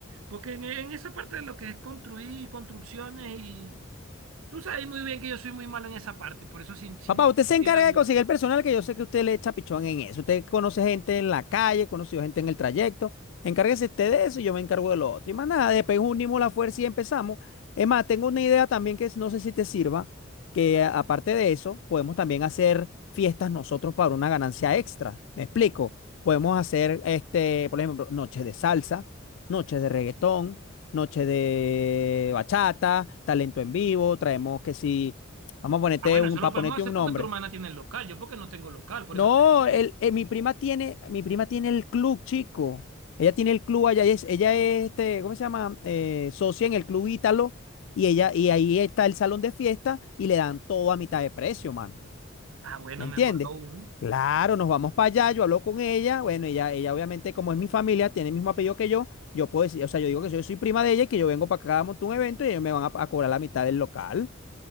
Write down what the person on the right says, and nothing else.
Porque en, en esa parte de lo que es construir, construcciones y... Tú sabes muy bien que yo soy muy malo en esa parte, por eso si, si
no te
quisiera ayuda.
Ah, bueno, eso
lo
podemos
hacer
porque
tu hermana tiene el local, yo porque no tengo local, por
eso te decía.
Ah, bueno,
mejor aún.